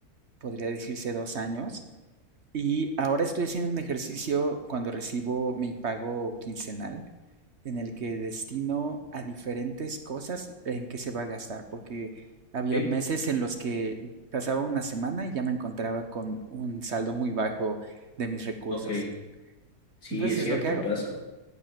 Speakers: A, on the right (about 50°); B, on the left (about 75°).
A: podría decirse, dos años y ahora estoy haciendo un ejercicio cuando recibo mi pago quincenal, en el que destino a diferentes cosas en que se va a gastar, porque había
B: Ok,
A: meses en los que pasaba una semana y ya me encontraba con un saldo muy bajo de mis recursos.
B: ok, sí,
A: Entonces
B: es
A: es
B: cierto,
A: lo que hago.
B: pasa.